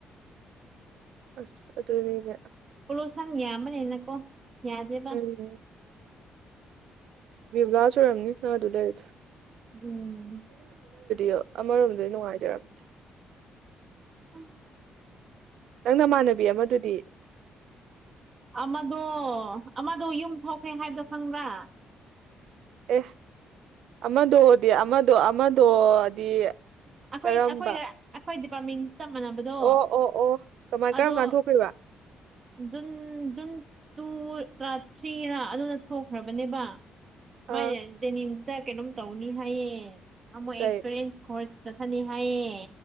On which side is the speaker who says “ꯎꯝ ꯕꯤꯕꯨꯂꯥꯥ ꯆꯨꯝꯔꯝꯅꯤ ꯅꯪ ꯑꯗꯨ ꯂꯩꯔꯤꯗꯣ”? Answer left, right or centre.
Right